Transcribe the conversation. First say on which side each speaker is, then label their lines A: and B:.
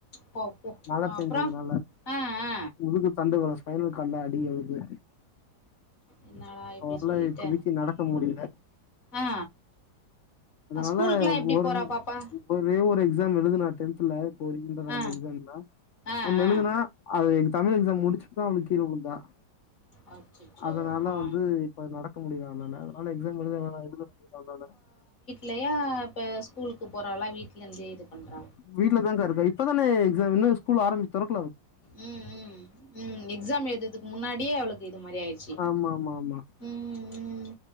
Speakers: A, on the left; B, on the left.
A: போ போ
B: மழ பெஞ்சதுனால
A: அப்றோ ஆ ஆ
B: முதுகு தண்டு வடொ ஸ்பைனல் நல்லா அடி அவளுக்கு
A: என்னடா இப்டி
B: அவளால‌
A: சொல்லிட்ட
B: எந்திச்சி நடக்க முடில
A: ஆ
B: அதுனால
A: ஸ்கூலுக்குலா எப்டி
B: ஒர்
A: போறா பாப்பா
B: ஒரே ஒரு எக்ஸாம் எழுதுனாத்தே <unintelligible>
A: ஆ
B: <unintelligible>
A: ஆ
B: ஒன்னு எழுதுனா
A: ஆ
B: அது தமிழ் எக்ஸாம் முடுச்சு தா அவளு கீழ வுழுந்தா
A: அச்சச்சோ
B: அதனால
A: ஆ
B: வந்து இப்ப நடக்க முடில அவளால அதனால எக்ஸாம் எழுத வேணா எழுத முடில அவளால
A: லயா இப்ப ஸ்கூலுக்கு போறாலா வீட்லந்தே இது பண்றா
B: வீட்லதாங்கா இருக்கா இப்பதானே எக்ஸாம் இன்னு இது ஸ்கூல் ஆரம்பி தொறக்
A: ம் ம் ம் எக்ஸாம் எழுததுக்கு முன்னாடியே அவளுக்கு இது மாரி ஆயிர்ச்சி
B: ஆமா ஆமா ஆமா
A: ம் ம்